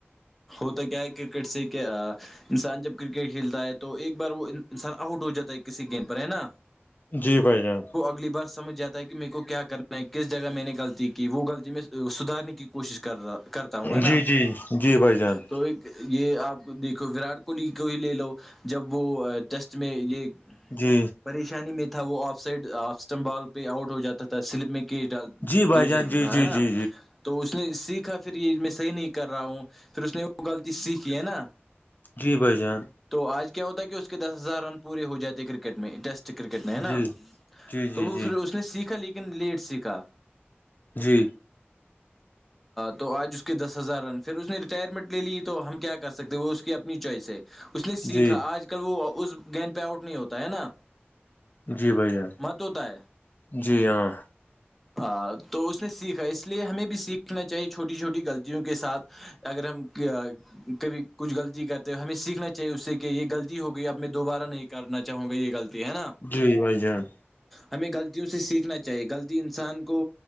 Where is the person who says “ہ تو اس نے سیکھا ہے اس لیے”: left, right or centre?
Centre